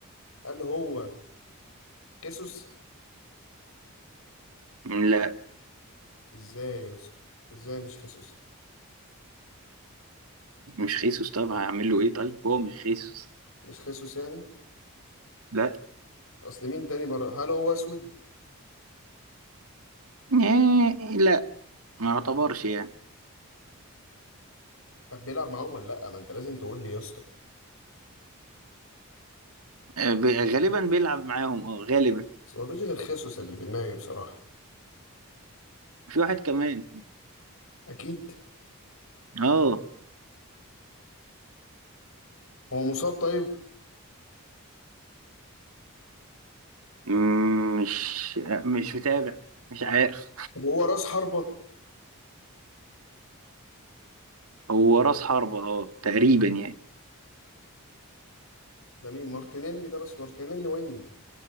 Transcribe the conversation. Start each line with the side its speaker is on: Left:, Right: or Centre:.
Left: هل هو خيسوس
Right: لا
Left: ازاي يا اسطى ازاي مش خيسوس
Right: مش خيسوس طب هعمل له ايه طيب هو مش خيسوس
Left: مش خيسوس يعني
Right: لا
Left: اصل مين تاني برا هل هو اسود
Right: آه، لا ما يعتبرش يعني
Left: طب بيلعب معاهم ولا لا ما انت لازم تقول لي يا اسطى
Right: آه، ب- غالبا بيلعب معاهم اه غالبا
Left: بس مفيش غير خيسوس اللي في دماغي بصراحة
Right: في واحد كمان
Left: أكيد
Right: اه
Left: هو مصاب طيب
Right: مم، مش مش متابع مش عارف
Left: طب هو راس حربة
Right: هو راس حربة اه تقريبا يعني
Left: ده مين مارتينيلي ده بس مارتينيلي وينج